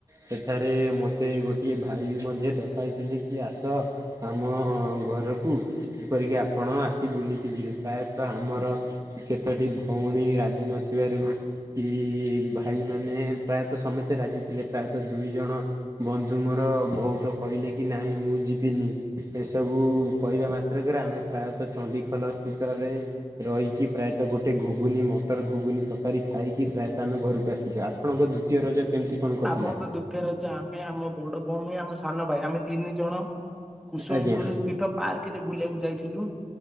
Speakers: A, on the right; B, in the centre.
A: ସେଠା ରେ ମୋତେ ଗୋଟିଏ ଭାଇ ବି ମଧ୍ୟ ଡକାଇଥିଲେ କି ଆସ, ଆମ ଘରକୁ। ଯେପରିକି ଆପଣ ଆସି ବୁଲିକି ଯିବେ। ପ୍ରାୟତଃ ଆମର କେତୋଟି ଭଉଣୀ ରାଜି ନଥିବାରୁ କି ଭାଇ ମାନେ ପ୍ରାୟତଃ ସମସ୍ତେ ରାଜି ଥିଲେ, ପ୍ରାୟତଃ ଦୁଇ ଜଣ ବନ୍ଧୁ ମୋର ବହୁତ କହିଲେ କି, ନାଇଁ ମୁଁ ଯିବିନି। ଏସବୁ କହିବା ମାତ୍ରକରେ ଆମେ ପ୍ରାୟତଃ ଚଣ୍ଡିଖୋଲ ସ୍ଥିତରେ ରହିକି ପ୍ରାୟତ ଗୋଟେ ଘୁଘୁନି ମଟର ଘୁଘୁନି ତରକାରୀ ଖାଇକି ପ୍ରାୟତଃ ଆମେ ଘରକୁ ଆସିଲୁ ଆପଣଙ୍କ ଦ୍ୱିତୀୟ ରଜ କେମିତି କଣ କଟିଲା?
B: ଆମର ଦ୍ଵିତୀୟ ରଜ ଆମେ ଆମ ବଡ ଭଉଣୀ ଆମ ସାନ ଭାଇ ଆମେ ତିନି ଜଣ କୁସୁମପୁରୁ
A: ଆଜ୍ଞା
B: ସ୍ଥିତ ପାର୍କରେ ବୁଲିବାକୁ ଯାଇଥିଲୁ